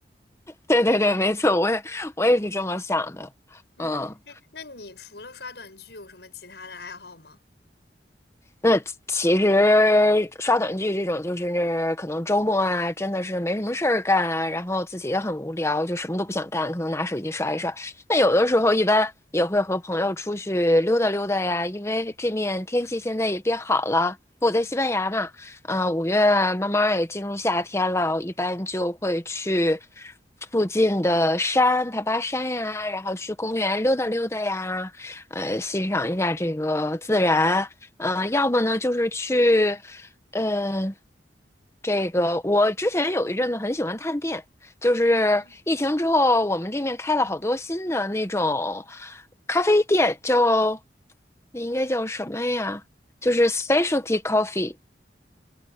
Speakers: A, on the left; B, on the left.
A: 对对对，没错，我也我也是这么想的。
B: 嗯，
A: 嗯。
B: 哎，那你除了刷短剧有什么其他的爱好吗？
A: 那其实刷短剧这种，就是可能周末啊，真的是没什么事儿干啊，然后自己也很无聊，就什么都不想干，可能拿手机刷一刷。那有的时候一般也会和朋友出去溜达溜达呀，因为这面天气现在也变好了。我在西班牙嘛，呃，五月慢慢也进入夏天了，一般就会去附近的山爬爬山呀，然后去公园溜达溜达呀，呃，欣赏一下这个自然。呃，要么呢就是去，呃，这个我之前有一阵子很喜欢探店，就是疫情之后，
B: 嗯，
A: 我们这面开了好多新的那种咖啡店，叫那应该叫什么呀？就是 specialty coffee。